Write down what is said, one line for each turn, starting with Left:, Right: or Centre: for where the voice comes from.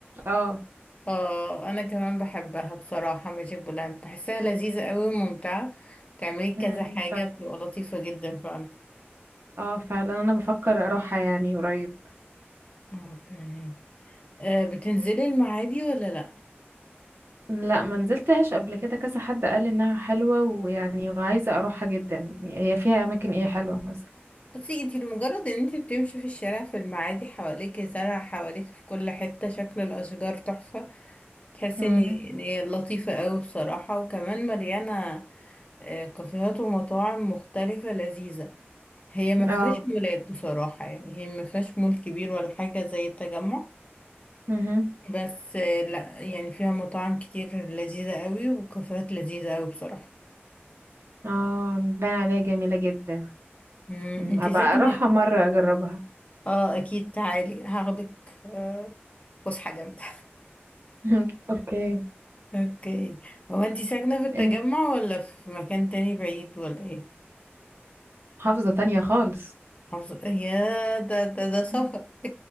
Right: اه
Left: اه انا كمان بحبها بصراحه ماجيك بلانت بحسها لذيذه قوي وممتعه تعملي كذا
Right: امم
Left: حاجه
Right: فعلا
Left: بتبقى لطيفه جدا فعلا
Right: اه فعلا انا بفكر اروحها يعني قريب
Left: اوكي آه بتنزلي المعادي ولا لا
Right: لا ما نزلتهاش قبل كده كذا حد قال لي انها حلوة ويعني وعايزة اروحها جدا هي فيها اماكن ايه حلوة مثلا
Left: بصي انتي لمجرد ان انتي بتمشي في الشارع في المعادي حواليك زرع حواليك في كل حتة شكل الاشجار تحفة تحسي
Right: امم
Left: ان ان هي لطيفة قوي بصراحة وكمان مليانة آه، كافيهات ومطاعم مختلفة لذيذة هي ما فيهاش
Right: اه
Left: مولات بصراحة يعني هي ما فيهاش مول كبير ولا حاجة زي التجمع
Right: امم
Left: بس آه، لا يعني فيها مطاعم كتير لذيذة قوي وكافيهات لذيذة قوي بصراحة
Right: اه باين عليها جميلة جدا
Left: مم،
Right: مم.
Left: انتي
Right: ابقى
Left: ساكنة
Right: اروحها مرة اجربها
Left: اه اكيد تعالي هاخدك آه، فسحة جامدة
Right: <laughs> مم. اوكي
Left: اوكي هو انتي ساكنة في التجمع
Right: انت
Left: ولا في مكان تاني بعيد ولا ايه
Right: محافظة تانية خالص
Left: محافظة يا ده ده ده سفر
Right: مم.